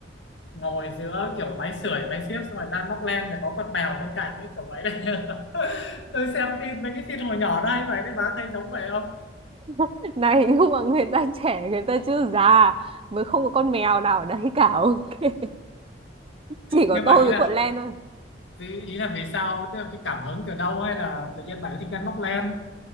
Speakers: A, on the left (about 75°); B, on the right (about 30°).
A: ngồi giữa kiểu máy sưởi máy xiếc xong rồi đang móc len rồi có con mèo bên cạnh ấy kiểu vậy đấy <laughs> tôi xem tin mấy cái tin hồi nhỏ đây vậy đấy bà thấy giống vậy không
B: <laughs> Này, nhưng mà người ta trẻ, người ta chưa già. Mới không có con mèo nào ở đấy cả. <laughs> Chỉ có
A: nhưng
B: tôi
A: mà ý
B: với
A: là
B: cuộn len thôi.
A: ý, ý là vì sao tức là cái cảm hứng từ đâu hay là tự nhiên bà lại thích ăn móc len